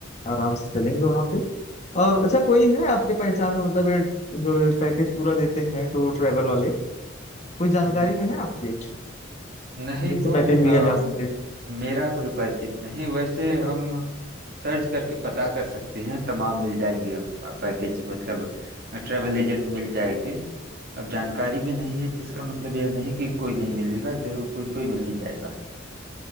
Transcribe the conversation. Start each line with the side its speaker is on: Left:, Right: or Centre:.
Left: आराम से चलेंगे वहाँ पे और अच्छा कोई है आपके पहचान में मतलब ये जो पैकेज पूरा देते हैं टूर ट्रैवल वाले कोई जानकारी
Right: हम्म
Left: में है आपके
Right: नहीं
Left: जिनसे
Right: तो
Left: पैकेज
Right: अम,
Left: लिया जा सके
Right: मेरा कोई परिचित नहीं वैसे हम सर्च करके पता कर सकते हैं तमाम मिल जाएंगे पैकेज मतलब ट्रैवल एजेंट मिल जाएंगे अब जानकारी में नहीं है तो इसका मतलब यह नहीं कि कोई नहीं मिलेगा जरूर कोई न कोई मिल ही जाएगा